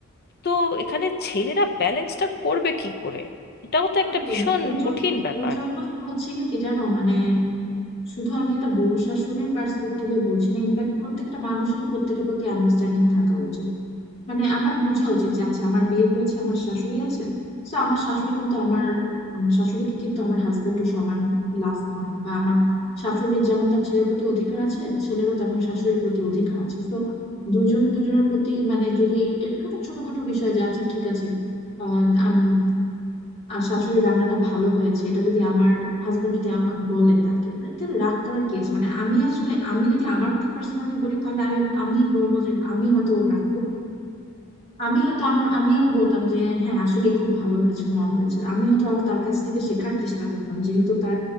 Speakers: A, on the left; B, on the left.
A: তো এখানে ছেলেরা ব্যালেন্সটা করবে কি করে এটাও তো একটা
B: একদম
A: ভীষণ
B: এর জন্য
A: কঠিন ব্যাপার
B: এর জন্যই হচ্ছে কি কি জানো মানে শুধু আমি এটা বউ শাশুড়ির পার্সপেক্টিভে বলছি না ইনফ্যাক্ট প্রত্যেকটা মানুষেরই প্রত্যেকের প্রতি আন্ডারস্ট্যান্ডিং থাকা উচিত মানে আমার বোঝা উচিত যে আচ্ছা আমার বিয়ে হয়েছে আমার শাশুড়ি আছে তো আমার শাশুড়ি কিন্তু আমার আমার শাশুড়িকে কিন্তু আমার হাজবেন্ডও সমান লাভ করে বা আমার শাশুড়ির যেমন তার ছেলের প্রতি অধিকার আছে ছেলেরও তেমন শাশুড়ির প্রতি অধিকার আছে তো দুজন দুজনের প্রতি মানে যদি এরকম ছোটখাটো বিষয় যে আচ্ছা ঠিক আছে আহ আম- আর শাশুড়ি রান্নাটা ভালো হয়েছে এটা যদি আমার হাজবেন্ড যদি আমার বলে তাকে মানে তাহলে রাগ করার কি আছে মানে আমি আসলে আমি যদি আমার কথা পার্সোনালি বলি তাহলে আমি আমি বলবো যে আমি হয়তো রাগ করতে আমি হয়তো আমি আমি আরো বলতাম যে হ্যাঁ আসলে খুব ভালো হয়েছে মজা হয়েছে আমি হয়তো আরো তার কাছ থেকে শেখার চেষ্টা করতাম যেহেতু তার